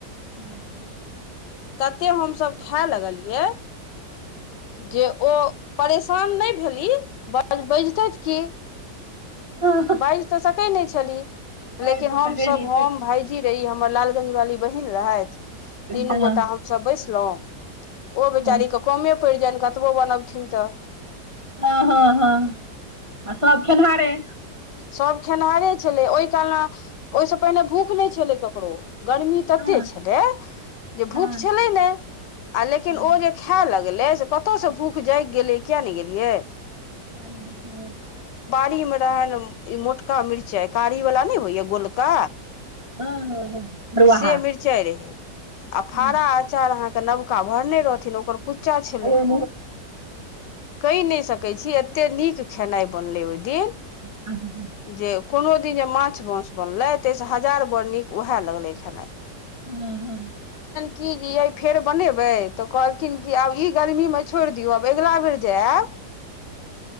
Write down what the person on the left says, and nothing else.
तते हमस खाय लगलियै, जे ओ परेशान नहि भेली बाज बाजितै की!
बाजि तऽ सकै नहि छली।
लेकिन
हमसभ
हम भायजी रही, हमर लालगंज वाली बहिन रहथि।
तीनू
गोटा हमसभ बैसलहुँं। ओ बेचारीके
कमे पड़ि जयनि, कतबो बनबथिन तऽ।
सब खेनाहारे छलै ओय कालमे ओय से पहिने भूख नै छलै ककरो। गर्मी तते
छलै जे
भूख छलै ने आ लेकिन
ओ जे खाय लग लै से कतौ से भूख जाएग गेलै किया नै गेलियै।
री मे रहैन ई मोटका मिरचाय कारी वाला नै होयया गोलका।
से मिरचाय रहै। आ फारा
आचार अहाँ के नबका भरनै रह खेलौ ओकर कुच्चा छलै
कैह नै सक कै छी एते नीक खेनाय बनलै ओय दिन।
जे कोनो दिन जे माछ मौस बनलै तै से हजार बड़ नीक उहाए लगलै खनाय।
की जी ये फेर बनैबे तऽ कहलखिन की आब ई गर्मी मे छोड़ दियौ आब एगला बेर जे आएब